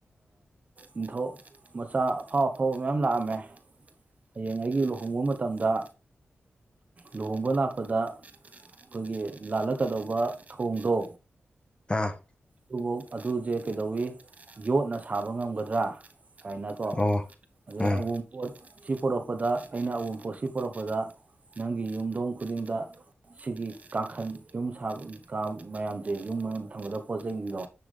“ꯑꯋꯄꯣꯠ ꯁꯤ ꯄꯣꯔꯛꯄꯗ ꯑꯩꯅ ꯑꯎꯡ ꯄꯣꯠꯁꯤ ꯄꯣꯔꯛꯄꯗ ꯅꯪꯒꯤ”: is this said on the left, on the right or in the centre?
Right